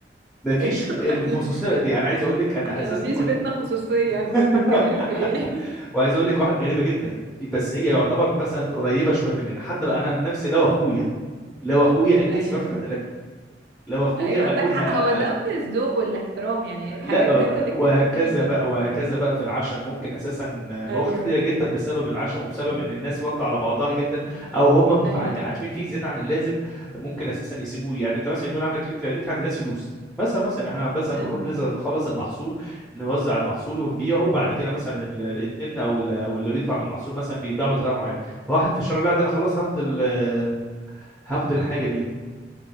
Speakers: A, in the centre; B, on the right.
A: مفيش
B: ايوه
A: الخصوصيه
B: <laughs> احنا
A: دي انا عايز اقول لك انا
B: احنا
A: اساسا
B: ما فيش
A: كنت
B: بينا خصوصية
A: <laughs>
B: انت بتتكلم في ايه
A: وعايز اقول لك واحده غريبه جدا بس هي يعتبر مثلا قريبه شويه مننا حتى لو انا عن نفسي لو اخويا لو اخويا اتكسف
B: <laughs> ايوه
A: افتح تلاجته لو اخويا
B: ايوه عندك
A: اكون
B: حق
A: ه...
B: هو ده من الذوق والاحترام يعني الحاجات
A: لا
B: دي انت بتتكلم
A: وهكذا
B: فيها
A: بقى
B: لكن
A: وهكذا بقى في العشم ممكن اساسا مواقف
B: ايوه
A: كتيره جدا بسبب العشم وبسبب
B: ايوه
A: ان الناس واخده على بعضها جدا
B: مم.
A: او هم متع-
B: ايوه صح
A: عاشمين فيك زياده عن اللازم ممكن اساسا يسيبوه يعني انت مثلا يكون عندك ليك ليك عند ناس فلوس مثلا مثلا احنا مثلا
B: انا
A: بنروح نزل نخلص المحصول نوزع المحصول ونبيعه بعد كده مثلا ال- ال- الابن او ال- او اللي بيطلع من المحصول مثلا بيتباع بطريقه معينه فواحد في الشارع لا ده انا خلاص هاخد ال- هاخد الحاجه دي